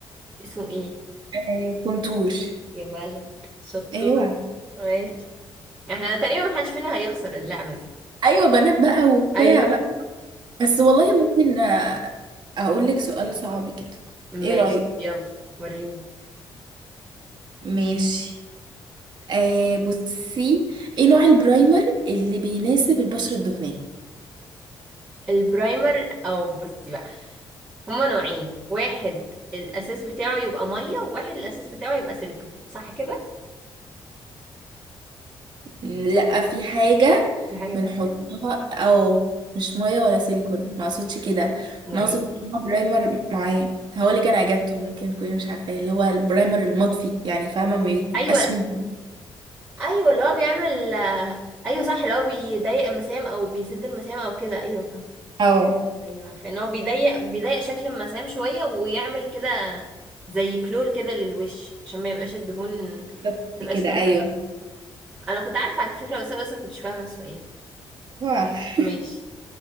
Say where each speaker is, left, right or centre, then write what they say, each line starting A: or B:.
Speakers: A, on the right; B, on the right.
A: اسمه ايه
B: آه، كونتور
A: يا ولد شطور
B: ايوه <laughs>
A: ماشي احنا تقريبا محدش فينا هيخسر اللعبة دي
B: ايوه بنات بقى وبتاع
A: ايوه
B: بقى بس والله ممكن آه، اقول لك سؤال صعب كده
A: <laughs>
B: ايه
A: ماشي
B: رايك
A: يلا وريني
B: ماشي آه بصي ايه نوع البرايمر اللي بيناسب البشره الدهنيه
A: البرايمر او بصي بقى هما نوعين واحد الاساس بتاعه يبقى ميه وواحد الاساس بتاعه يبقى سيليكون صح كده
B: لا في حاجه
A: في حاجة
B: بنحطها
A: تالتة
B: او مش ميه ولا سيليكون ما اقصدش كده
A: امال
B: انا اقصد
A: ايه
B: نوع برايمر معين هقول لك انا اجابته ممكن تكوني مش عارفاه اللي هو البرايمر المطفي يعني فاهمه ما بيبقاش
A: ايوه
B: مدي
A: ايوه اللي هو بيعمل ايوه صح اللي هو بيضيق المسام او بيسد المسام او كده ايوه فاهم
B: اه
A: ايوه عارفه ان هو بيضيق بيضيق شكل المسام شويه ويعمل كده زي بلور كده للوش عشان ما يبقاش الدهون ما
B: بالظبط
A: تبقاش
B: كده
A: ظاهره
B: ايوه
A: أوي. انا كنت عارفه على فكره بس بس ما كنتش فاهمه السؤال
B: <laughs>
A: ماشي